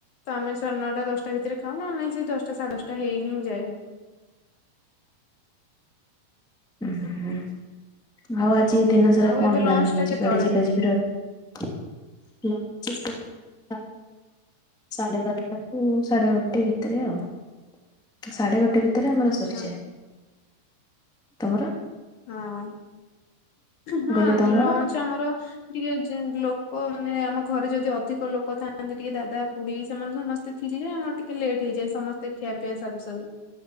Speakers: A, on the left; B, in the centre.
A: ତ ଆମେ ସାଢ଼େ ନଅଟା ଦଶଟା ଭିତରେ ଖାଉ ନ ହେ ନାଇଁ ସେଇ ଦଶଟା ସାଢ଼େ ଦଶଟା ହେଇ ହିଁ ଯାଏ।
B: ଉଁ ହୁଁ ହଁ ଆଜି ଏ ଦିନ ସାରା
A: ଆଉ
B: କଣ
A: ଏବେ ଲଞ୍ଚ
B: ପ୍ଲାନିଂ
A: ଟା
B: ଅଛି
A: କେତେବେଳେ
B: କୁଆଡ଼େ ଯିବା ଯିବିର <inaudible> ଲଞ୍ଚ୍ ସେଣେ ତା ସାଢ଼େ ବାରଟାରୁ ସାଢ଼େ ଗୋଟେ ଭିତରେ ଆଉ ସାଢ଼େ ଗୋଟେ ଭି ଭିତରେ ତରେ ଆମର
A: ଆଚ୍ଛା
B: ସରିଯାଏ। ତମର?
A: ହଁ ହଁ
B: ଗଲି ତମର?
A: ଲଞ୍ଚ୍ ଆମର ଟିକେ ଜ୍ ଲୋକ ମାନେ ଆମ ଘରେ ଯଦି ଅଧିକ ଲୋକ ଥାଆନ୍ତି ଟିକେ ଦାଦା, ଖୁଡ଼ି ସେମାନେ ସମସ୍ ତେ ଥିଲେ ଆମର ଟିକେ ଲେଟ୍ ହେଇଯାଏ ସମସ୍ତେ ଖିଆ ପିଇଆ ସାରୁ ସାରୁ।